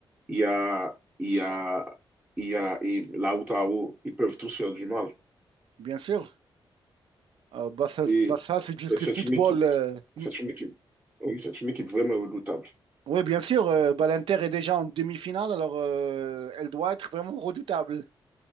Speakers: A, on the right (about 20°); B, on the right (about 75°).
A: il y a, il y a, il y a, et la Outaho, ils peuvent tous faire du mal.
B: Bien sûr. Ah, bah ça,
A: Et
B: bah ça c'est juste
A: c'est-
B: le football.
A: une équipe,
B: euh. Mm.
A: c'est une équipe, oui, c'est une équipe vraiment redoutable.
B: Oui, bien sûr, euh, bah, l'Inter est déjà en demi-finale, alors euh, elle doit être vraiment redoutable.